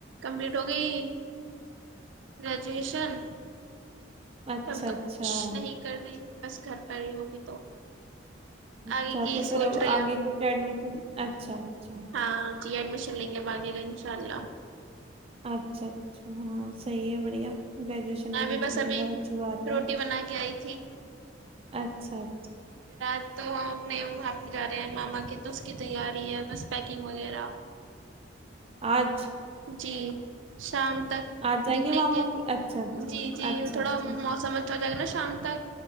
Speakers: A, on the right; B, on the right.
A: کمپلیٹ ہو گئی گریجویشن
B: اچھا
A: تب تو
B: اچھا
A: کچھ نہیں کر رہی بس گھر پہ رہی ہگی تو
B: اچھا
A: آگے کی
B: تو پھر
A: سوچ
B: اب
A: رہے ہیں
B: آگے
A: آپ
B: کچھ ایڈمیشن اچھا اچھا
A: ہاں جی ایڈمیشن لیں گے باغی گنج انشاء اللہ
B: اچھا اچھا ہاں صحیح ہے بڑھیا گریجویشن ہو
A: ابھی
B: گئی
A: بس
B: چلیے
A: ابھی
B: بہت اچھی بات ہے
A: روٹی بنا کے آئی تھی
B: اچھا
A: پھر آج توہم اپنے وہاں پہ جا رہے ہیں ماما کے تو اس کی تیاری ہے بس پیکنگ وغیرہ
B: آج
A: جی شام تک
B: آج جائیں
A: نکلیں
B: ماما
A: گے
B: کے اچھا اچھا
A: جی جی
B: اچھا
A: تھوڑا
B: اچھا
A: موسم ہو جائے گا نا شام تک